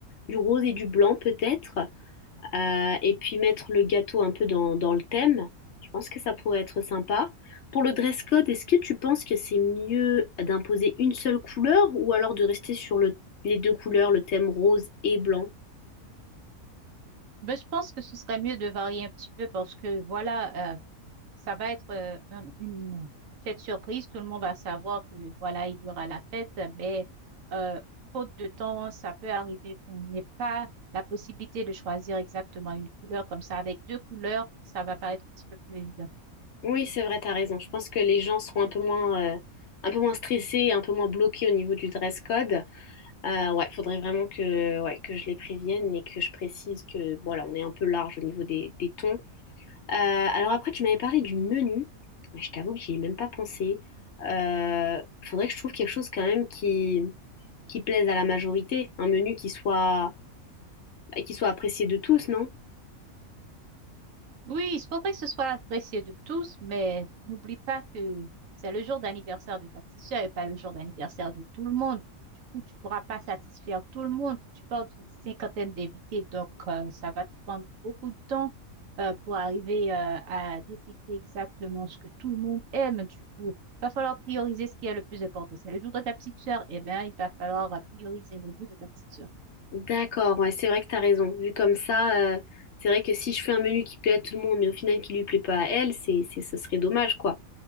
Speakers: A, on the left; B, on the right.
A: Du rose et du blanc peut-être. Euh, et puis mettre le gâteau un peu dans, dans le thème. Je pense que ça pourrait être sympa. Pour le dress code, est-ce que tu penses que c'est mieux d'imposer une seule couleur ou alors de rester sur le- les deux couleurs, le thème rose et blanc?
B: Mais je pense que ce serait mieux de varier un petit peu parce que voilà, euh, ça va être euh, un- une fête surprise. Tout le monde va savoir que voilà, il y aura la fête, mais euh, faute de temps, ça peut arriver qu'on n'ait pas la possibilité de choisir exactement une couleur comme ça. Avec deux couleurs, ça va paraître un petit peu plus évident.
A: Oui, c'est vrai, t'as raison. Je pense que les gens seront un peu moins, euh, un peu moins stressés, un peu moins bloqués au niveau du dress code. Euh, ouais, faudrait vraiment que, ouais, que je les prévienne et que je précise que, voilà, on est un peu large au niveau des, des tons. Euh, alors après, tu m'avais parlé du menu. Je t'avoue que j'y ai même pas pensé. Euh, faudrait que je trouve quelque chose quand même qui, qui plaise à la majorité. Un menu qui soit, bah, qui soit apprécié de tous, non?
B: Oui, il faudrait que ce soit apprécié de tous, mais n'oublie pas que c'est le jour d'anniversaire de ta petite sœur et pas le jour d'anniversaire de tout le monde. Du coup, tu pourras pas satisfaire tout le monde. Tu parles d'une cinquantaine d'invités, donc euh, ça va te prendre beaucoup de temps euh, pour arriver euh, à détecter exactement ce que tout le monde aime. Du coup, va falloir prioriser ce qui est le plus important. C'est le jour de ta petite sœur, eh bien, il va falloir euh, prioriser le goût de ta petite sœur.
A: D'accord, ouais, c'est vrai que t'as raison. Vu comme ça, euh, c'est vrai que si je fais un menu qui plaît à tout le monde, mais au final qui lui plaît pas à elle, c'est, c'est, ce serait dommage, quoi.